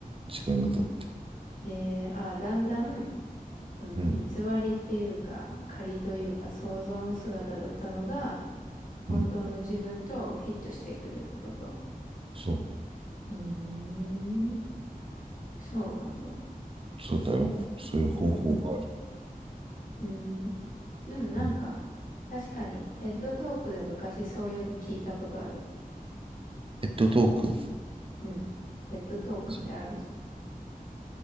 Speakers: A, on the right; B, on the left.
A: 時間が経って。
B: えー、あ、だんだん、うん、
A: うん。
B: 偽りっていうか、仮というか、想像の姿だったのが、本当の自分とフィットしてくるってこと。
A: うん。そう。
B: うーん、そうなんだ。
A: そうだよ。そういう方法がある。
B: うん、うん。でもなんか、
A: うん。
B: 確かに、テッドトークで昔そういうの聞いたことある。
A: ペットトーク。
B: うん。テッドトークってあるじゃん。
A: そ